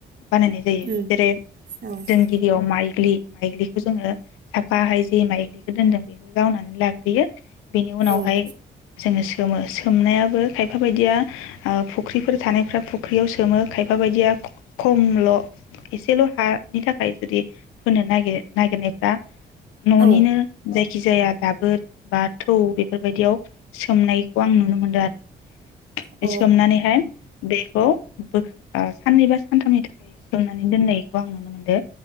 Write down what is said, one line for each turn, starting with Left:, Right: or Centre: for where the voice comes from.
Left: बानायनाय जायो
Right: उम
Left: जेरै
Right: औ
Left: जों गिबियाव माइ ज्लि माइज्लिखौ जोङो साफाहाय जे माइज्लिखौ दोनदों बेखौ जावनानै लाग्रोयो बेनि उनावहाय
Right: औ
Left: जोंङो गोमो सोमनायाबो खायफा बायदिया ओ फुख्रिफोर थानाय फ्रा फुख्रियाव सोमो खायफा बायदिया खम ल एसेल हानि थाखाय जुदि फोनोनागिर नागिरनायफ्रा ननिनो
Right: औ
Left: जायखि जाया दाबोर बाद थौ बेफोरबायदियाव सोमनायखौ आं नुनो मोनदों आरो
Right: अ
Left: सोमनानैहाय बे खौ बोखां ओ साननै बा सानथामनि थाखाय सोमनानै दोननाय खौ आं नुनो मोनदों।